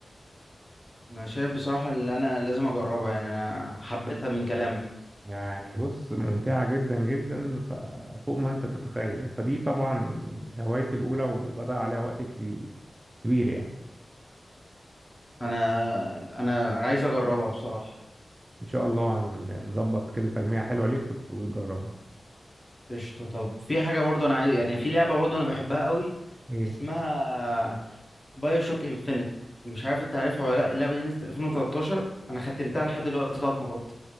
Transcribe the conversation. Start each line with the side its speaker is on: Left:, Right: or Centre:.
Left: انا شايف بصراحة اللي انا لازم اجربها يعني انا حبيتها من كلامك
Right: يعني بص ممتعة جدا جدا ف- فوق ما انت تتخيل فدي طبعا هوايتي الأولى وبدأ عليها وقت كبي- كبير يعني
Left: انا انا عايز اجربها بصراحة
Right: إن شاء الله هن- هنظبط كده تجميعة حلوة ليك وت- وتجربها
Left: قشطة طب في حاجة برضو انا عايز يعني في لعبة برضو انا بحبها قوي
Right: ايه
Left: اسمها بايو شوك انفينيت مش عارف انت عارفها ولا لا اللعبة دي نزلت 2013 انا ختمتها لحد دلوقتي ثلاث مرات